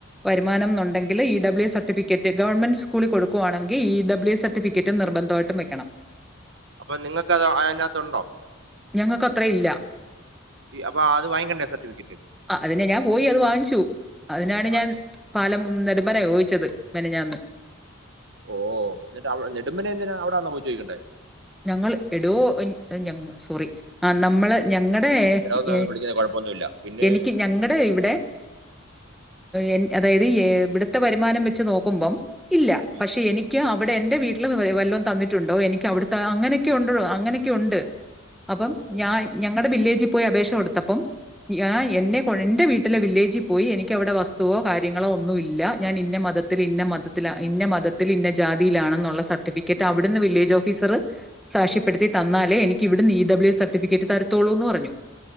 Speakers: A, in the centre; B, on the right.
A: വരുമാനംന്ന് ഉണ്ടെങ്കില് ഇ ഡബ്ല്യൂ സർട്ടിഫിക്കറ്റ് ഗവണ്മെന്റ് സ്കൂളിൽ കൊടുക്കുവാണെങ്കി ഇ ഡബ്ല്യൂ സർട്ടിഫിക്കറ്റ് നിർബന്ധം ആയിട്ടും വെയ്ക്കണം
B: അപ്പം നിങ്ങക്ക് അത് അതിനകത്ത് ഉണ്ടോ
A: ഞങ്ങൾക്ക് അത്രേ ഇല്ല
B: ഈ അപ്പൊ അത് വാങ്ങിക്കണ്ടേ സർട്ടിഫിക്കറ്റ്
A: ആ അതിന് ഞാൻ പോയി അത് വാങ്ങിച്ചു അതിനാണ്
B: വാങ്ങിച്ചു
A: ഞാൻ പാലം നെടുംപന ചോദിച്ചത് മെനഞ്ഞാന്ന്
B: ഓ എന്നിട്ട് അവിടെ നെടുംപന എന്തിനാ അവിടാണോ പോയി ചോദിക്കണ്ടേ
A: ഞങ്ങള് എടോ ഞങ്ങ ഞങ്ങ സോറി ആ നമ്മള് ഞങ്ങടെ
B: എടാ ഒന്ന്
A: എ
B: വിളിക്കുന്നത് കുഴപ്പമൊന്നുമില്ല പിന്നെ
A: എനിക്ക് ഞങ്ങടെ
B: ഉം,
A: ഇവിടെ എ അതായത് എ ഇവിടുത്തെ വരുമാനം വെച്ച് നോക്കുമ്പം ഇല്ല
B: ഉം,
A: പക്ഷെ എനിക്ക് അവിടെ എന്റെ വീ <unintelligible> വെല്ലോം തന്നിട്ടുണ്ടോ എനിക്ക് അവിടു ആ അങ്ങനെയൊക്കെ ഉണ്ടെടോ അങ്ങനെയൊക്കെ ഉണ്ട് അപ്പം
B: ഓ ഓ
A: ഞാൻ
B: ഓ
A: ഞങ്ങടെ വില്ലേജി പോയ്‌ അപേക്ഷ കൊടുത്തപ്പം ആ എന്നെ കൊ എന്റെ വീ ട്ടിലെ വില്ലേജി പോയ്‌ എനിക്ക് അവിടെ വസ്തുവോ കാര്യങ്ങളോ ഒന്നുമില്ല ഞാൻ ഇന്ന മതത്തില് ഇന്ന മതത്തില് ഇന്ന മതത്തില് ഇന്ന ജാതിയിലാണെന്നുള്ള സർട്ടിഫിക്കറ്റ് അവിടുന്ന് വില്ലജ് ഓഫീസറ് സാക്ഷി പെടുത്തി തന്നാലേ എനിക്ക് ഇവിടുന്ന് ഇ ഡബ്ല്യൂ സർട്ടിഫിക്കറ്റ് തരുത്തോള്ളൂന്ന് പറഞ്ഞു